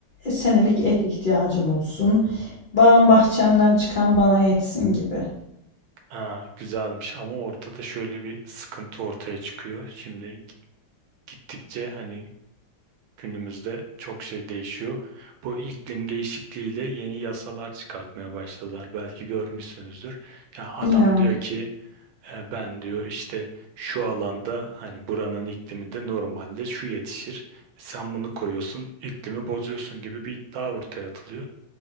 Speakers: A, on the left (about 85°); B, on the right (about 75°).
A: e, Senelik et ihtiyacım olsun. Bağım bahçemden çıkan bana yetsin gibi.
B: Ha, güzelmiş ama orada da şöyle bir sıkıntı ortaya çıkıyor. Şimdi gi- gittikçe hani günümüzde çok şey değişiyor. Bu iklim değişikliğiyle yeni yasalar çıkartmaya başladılar. Belki görmüşsünüzdür. Ya adam
A: Ya.
B: diyor ki e, ben diyor işte şu alanda hani buranın ikliminde normalde şu yetişir. E, Sen bunu koyuyorsun, iklimi bozuyorsun gibi bir iddia ortaya atılıyor